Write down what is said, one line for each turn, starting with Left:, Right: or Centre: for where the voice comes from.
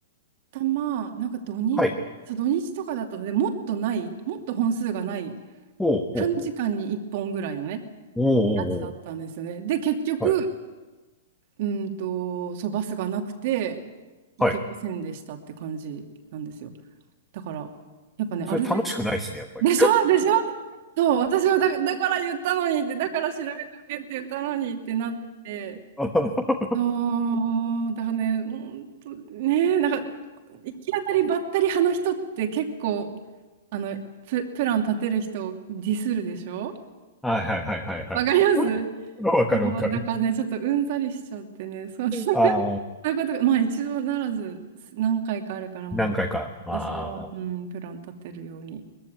Right: たま、なんか土日、
Centre: はい。
Right: そう土日とかだったので、もっとない、もっと本数がない。
Centre: ほうほうほう。
Right: 短時間に1本ぐらいのね、
Centre: おーおーおー。
Right: やつだったんですよね。で、結局、
Centre: はい、
Right: うーんと、そう、バスがなくて、行けませんでしたって感じなんですよ。
Centre: はい。
Right: だから、やっぱね、
Centre: それ楽しくないですね、
Right: ある程
Centre: やっぱり。
Right: 度、でしょでしょそう、私はだ、だから言ったのにって、だから調べておけって言ったのにってなって、
Centre: <laughs> は
Right: そう、だからね、本当ね、なんか、行き当たりばったり派の人って結構、あの、プ、プラン立てる人をディスるでしょ
Centre: いはいはいはいはい。
Right: わかります
Centre: <laughs> わかるわかる。
Right: そうだからね、ちょっとうんざりしちゃってね、そう、<laughs> そう
Centre: ああ、
Right: いうことが、まあ一度ならず何回かあるからもう、
Centre: 何回か。
Right: 私は、
Centre: ああ。
Right: うん、プラン立てるように